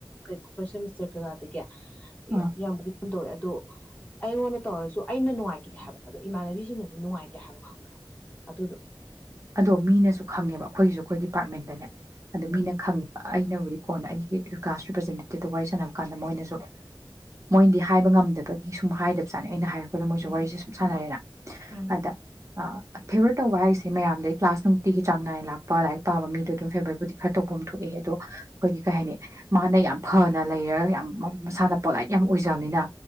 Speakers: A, on the left (about 15°); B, on the right (about 35°).
A: ꯀꯩ ꯐ꯭ꯔꯁ ꯁꯦꯃꯤꯁꯇꯔ ꯀꯩꯀꯥꯗꯒꯤ ꯌꯥ
B: ꯑꯥ
A: ꯌꯥꯝꯕꯨꯗꯤ ꯍꯝ ꯇꯧꯋꯦ ꯑꯗꯣ ꯑꯩꯉꯣꯟꯗ ꯇꯧꯔꯁꯨ ꯑꯩꯅ ꯅꯨꯡꯉꯥꯏꯈꯤꯗꯦ ꯍꯥꯏꯕ ꯑꯗꯣ ꯏꯃꯥꯟꯅꯕꯤꯁꯤꯡꯅꯁꯨ ꯅꯨꯡꯉꯥꯏꯇꯦ ꯍꯥꯏꯕ ꯈꯪꯕ꯭ꯔꯥ ꯑꯗꯨꯗꯣ
B: ꯑꯗꯣ ꯃꯤꯅꯁꯨ ꯈꯪꯉꯦꯕ ꯑꯩꯈꯣꯏꯁꯨ ꯑꯩꯈꯣꯏ ꯗꯤꯄꯥ꯭ꯔꯠꯃꯦꯟꯇꯅꯦ ꯑꯗꯨ
A: ꯎꯝ
B: ꯃꯤꯅ ꯈꯪꯉꯦꯕ ꯑꯩꯅꯕꯨꯗꯤ ꯀꯣꯟꯅ ꯑꯩꯒꯤ ꯀ꯭ꯂꯥꯁ ꯔꯤꯄ꯭ꯔꯖꯦꯟꯇꯦꯇꯤꯞꯇ ꯋꯥꯔꯤ ꯁꯥꯟꯅꯕ ꯀꯥꯟꯗ ꯃꯣꯏꯅꯁꯨ ꯃꯣꯏꯅꯗꯤ ꯍꯥꯏꯕ ꯉꯝꯗꯕꯒꯤ ꯁꯨꯝ ꯍꯥꯏꯗ꯭ꯕ ꯖꯥꯠꯅꯤ ꯑꯩꯅ ꯍꯥꯏꯔꯞ ꯗ ꯃꯣꯏꯁꯨ
A: ꯎꯝ
B: ꯋꯥꯔꯤꯁꯦ ꯁꯨꯝ ꯁꯥꯟꯅꯔꯦꯅ
A: ꯎꯝ
B: ꯑꯗ ꯑ ꯐꯦꯕ꯭ꯔ ꯇꯧꯕ ꯍꯥꯏꯁꯦ ꯗꯩ ꯃꯌꯥꯝꯗꯩꯩ ꯀ꯭ꯂꯥꯁ ꯅꯨꯡꯇꯤꯒꯤ ꯆꯥꯡ ꯅꯥꯏꯅ ꯂꯥꯛꯄ ꯂꯥꯏꯔꯤꯛ ꯄꯥꯕ ꯃꯤꯗꯣ ꯑꯗꯨꯝ ꯐꯦꯕ꯭ꯔꯕꯨꯨꯗꯤ ꯈꯔ ꯇꯧꯐꯝ ꯊꯣꯛꯑꯦ ꯑꯗꯣ ꯑꯩꯈꯣꯏꯒꯤ ꯀꯩ ꯍꯥꯏꯅꯤ ꯃꯥꯅ ꯌꯥꯝ ꯐꯅ ꯂꯩꯔꯒ ꯌꯥꯝ ꯃ ꯃꯁꯥꯅ ꯄꯣꯂꯥꯏꯠ ꯌꯥꯝ ꯑꯣꯏꯖ꯭ꯕꯅꯤꯅ